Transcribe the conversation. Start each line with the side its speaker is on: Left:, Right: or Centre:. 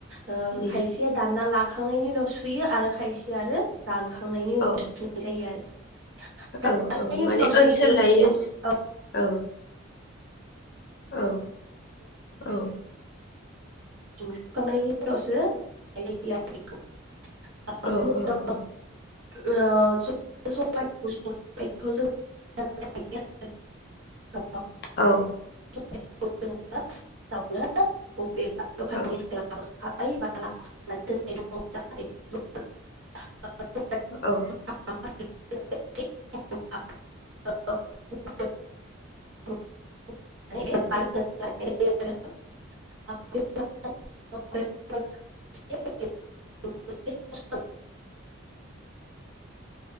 Right: ओ
Left: उम
Right: खायसेया दानना ला खांनायनि उनाव सुयो आरो खायसे आरो दान खांनायनि उनाव
Left: औ
Right: सुफुंनाय जायो आरो। दानखांनायनि
Left: औ औ माने
Right: उनाव सुयो
Left: ओनसोल लायो
Right: औ
Left: औ। औ औ।
Right: <inaudible> <inaudible>
Left: औ औ
Right: <inaudible> जों
Left: औ।
Right: <inaudible> <inaudible>
Left: औ
Right: <inaudible>
Left: औ।
Right: <inaudible> <inaudible>